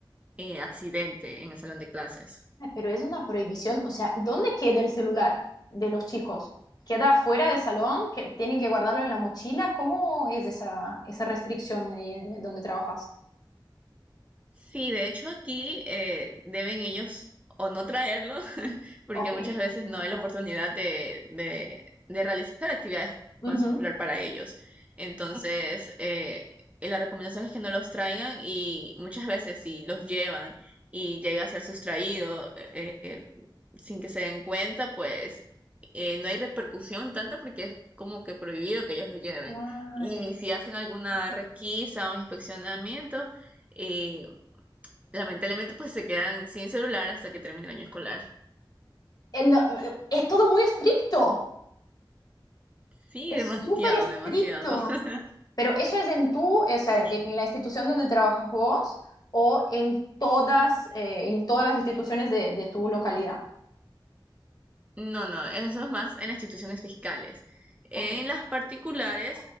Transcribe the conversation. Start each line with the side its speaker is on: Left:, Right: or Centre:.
Right: eh, accidente en el salón de clases.
Left: Pero es una prohibición, o sea, ¿dónde queda el celular de los chicos? ¿Queda fuera del salón? ¿Que tienen que guardarlo en la mochila? ¿Cómo es esa, esa restricción ahí en- donde trabajas?
Right: Sí, de hecho aquí eh, deben ellos o no traerlo porque
Left: Ok.
Right: muchas veces no hay la oportunidad de, de- de realizar actividades
Left: Ujú.
Right: con celular para ellos. Entonces, eh, y la recomendación es que no los traigan y muchas veces si los llevan y llega a ser sustraído eh, eh, sin que se den cuenta, pues eh, no hay repercusión tanta porque es como que prohibido que ellos lo lleven.
Left: Claro.
Right: Y si hacen alguna requisa o inspeccionamiento, eh, lamentablemente pues se quedan sin celular hasta que termine el año escolar.
Left: Eh, no, eh, es todo muy estricto,
Right: Sí,
Left: es
Right: demasiado,
Left: súper estricto.
Right: demasiado. <laughs>
Left: Pero eso es en tú, o
Right: Sí,
Left: sea, en la institución donde trabajas vos o en todas, eh, en todas las instituciones de, de tu localidad.
Right: No, no, eso es más en las instituciones fiscales. En
Left: Ok,
Right: las particulares,